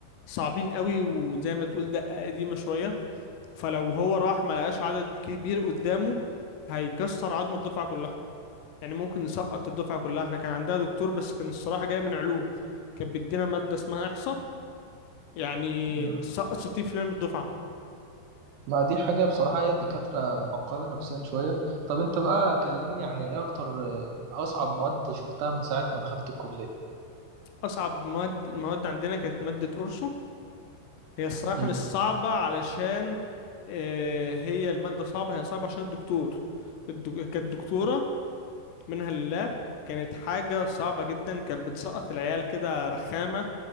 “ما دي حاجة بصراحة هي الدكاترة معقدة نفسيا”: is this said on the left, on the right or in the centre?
Right